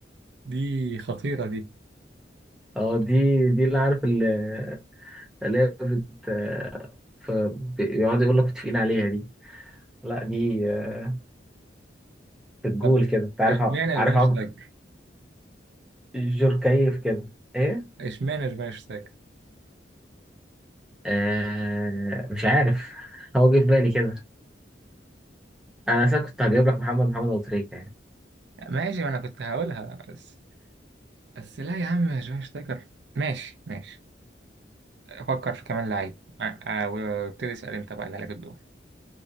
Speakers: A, on the right (about 70°); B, in the centre.
A: دي خطيره دي
B: اه دي دي اللي عارف ال- اللي هي بت آه، ف- بيقعدوا يقول لك متفقين عليها دي لا دي آه، في الجول
A: طب
B: كده انت عارف
A: اشمعنى
B: ع- عارف
A: شفاينشتايجر
B: عم... جوركايف كده ايه
A: اشمعنى شفاينشتايجر
B: آه مش عارف هو جه في بالي كده انا اساسا كنت هجيب لك محمد محمد ابو تريكة يعني
A: ماشي ما انا كنت هقولها بس بس لا يا عم شفاينشتايجر ماشي ماشي فكر في كمان لعيب آه، آه، وابتدي اسال انت بقى اللي عليك الدور